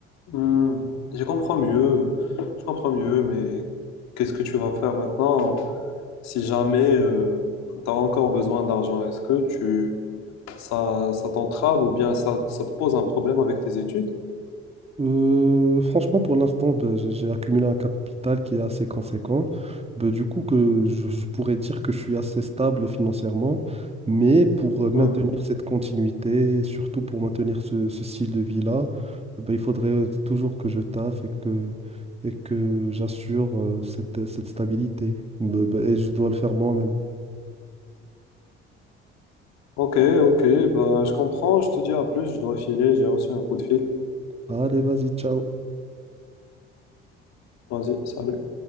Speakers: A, on the left; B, on the right.
A: Mhm. Je comprends mieux, je comprends mieux, mais qu'est-ce que tu vas faire maintenant si jamais tu as encore besoin d'argent? Est-ce que tu, ça, ça t'entrave ou bien ça, ça te pose un problème avec tes études?
B: Euh, franchement, pour l'instant, ben, j'ai j'ai accumulé un capital qui est assez conséquent. Ben, du coup, que je, je pourrais dire que je suis assez stable financièrement, mais pour euh, maintenir
A: Mhm.
B: cette continuité, surtout pour maintenir ce, ce style de vie-là, ben, il faudrait euh, toujours que je taffe et que, et que j'assure euh, cette, cette stabilité. Ben, ben, et je dois le faire moi-même.
A: Ok, ok, ben, je comprends, je te dis à plus, je dois filer, j'ai reçu un coup de fil.
B: Allez, vas-y, ciao.
A: Vas-y, salut.